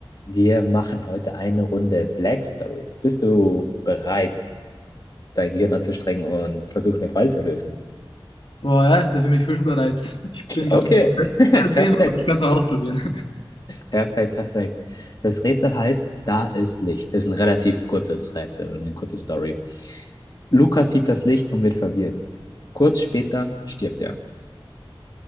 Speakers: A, on the left; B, on the left.
A: Wir machen heute eine Runde Black Stories. Bist du bereit, dein Gehirn anzustrengen und versuchen, den Fall zu lösen?
B: Boah, ja, da bin ich bereit. Ich bin,
A: Okay,
B: glaube ich, nicht der Beste
A: <laughs>
B: bei
A: perfekt.
B: dem, aber ich kann es mal ausprobieren.
A: Perfekt, perfekt. Das Rätsel heißt, da ist Licht. Das ist ein relativ kurzes Rätsel und eine kurze Story. Lukas sieht das Licht und wird verwirrt. Kurz später stirbt er.